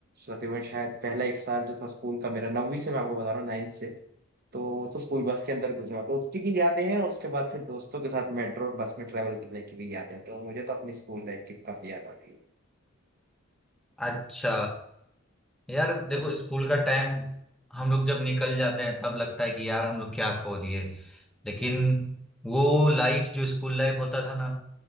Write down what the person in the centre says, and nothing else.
अच्छा यार देखो स्कूल का टाइम हम लोग जब निकल जाते हैं तब लगता है कि यार हम लोग क्या खो दिए लेकिन वो लाइफ जो स्कूल लाइफ होता था ना